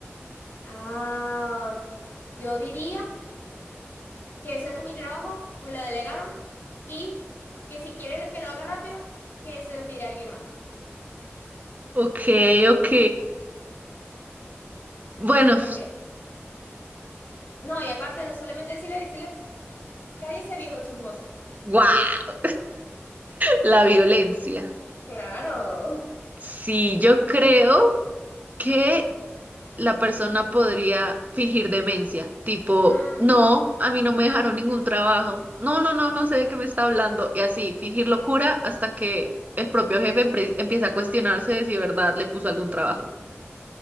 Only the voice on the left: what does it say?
Ah, yo diría que ese no es mi trabajo, me lo delegaron y que si quiere lo- que lo haga rápido, que se lo pida a alguien más.
Hay
que ser porque... No, y aparte no solamente decirle, decirle, cállese viejo chismoso.
Claro.
Ah,